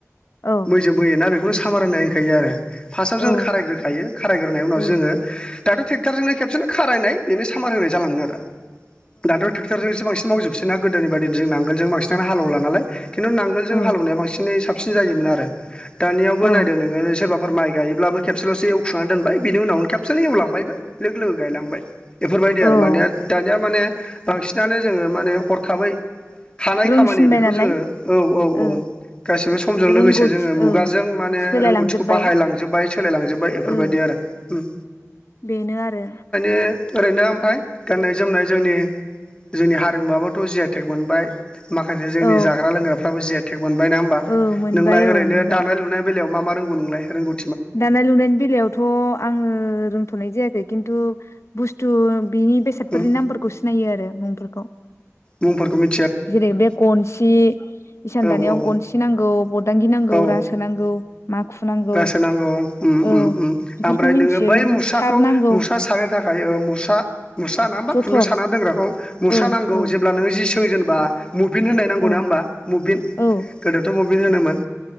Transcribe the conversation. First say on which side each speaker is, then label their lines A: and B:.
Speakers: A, on the left (about 60°); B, on the left (about 20°).
A: औ
B: मैजों बोयोना बेखौनो साम्रायनाय होनखायो आरो फार्स्टआव जों
A: ओ
B: खारायग्रोायो खारायग्रोनाय उनाव
A: औ
B: जोङो दाथ' ट्रेक्टरजोंनो खेबसेनो खारायनाय बेनो सामार होनाय जालाङो आरो दाथ' ट्रेक्टरजोंसो बांसिन मावजोबसै ना गोदोनि बायदिनो जों नांगोलजों बांसिनानो हालेवला नालाय खिन्थु नांगोलजों
A: औ
B: हालेवनाया बांसिनै साबसिन जायोमोन आरो दानियावबो
A: औ
B: नायदो नोङो सोरबा फोर माइ गायोब्लाबो खेबसेल'सो एवखांनानै दोनबाय बिनि उनावनो खेबसेलनो एवलांबायबो लोगो लोगो गायलांबाय बेफोरबायदि
A: औ
B: आरो माने दानिया माने बांसिनानो जोङो माने हरखाबै हानाय
A: रोंसिनबाय
B: खामानि बेखौ
A: नालाय
B: जोङो औ औ औ
A: ओ
B: गासैबो समजों
A: रोंगौथि
B: लोगोसे जोङो
A: ओ
B: मुगाजों माने
A: सोलायलांजोब्बाय
B: रोंगौथिखौ बाहायलांजोबबाय सोलायलांजोब्बाय बेफोरबायदि
A: ओ
B: आरो दा उम
A: बेनो आरो
B: बे ओरैनो ओमफ्राय गाननाय जोमनाय जोंनि जोंनि हारिमुवाबबोथ' जि आइटेक मोनबाय माखासे जोंनि
A: औ
B: जाग्रा लोंग्राफ्राबो जेटेक मोनबाय नोङा होमबा
A: औ मोनबाय
B: नोंलाय
A: औ
B: ओरैनो
A: मोनबाय
B: दानाय लुनाय बेलायाव मा मा रोंगौ नोंलाय रोंगौ
A: दानाय लुनायनि बेलायावथ' आङो रोंथ'नाय जायाखै खिन्थु बुस्थु बिनि बेसादफोरनि
B: उम
A: नामफोरखौ सिनायो आरो मुंफोरखौ
B: मुंफोरफोरखौ मि
A: जेरै बे गनसि इसान
B: औ
A: दानायाव
B: औ
A: गनसि नांगौ बरदांगि नांगौ
B: औ
A: रासो नांगौ माखु नांगौ
B: रासो नांगौ उम
A: औ
B: उम उम
A: बेफोरखौ
B: ओमफ्राय
A: मिथियो
B: नोङो बै मुसाखौ
A: थार नांगौ
B: मुसा सानो थाखाय ओ मुसा मुसा ना मा
A: जथर
B: खुन्दुं साना दोंग्राखौ मुस्र
A: ओ
B: नांगौ
A: औ
B: जेब्ला नों जि सों जेनबा मुभिन्ट होननाय नांगौ
A: औ
B: ना होमबा मुभेन्ट
A: औ
B: गोदोथ' बबिन होनोमोन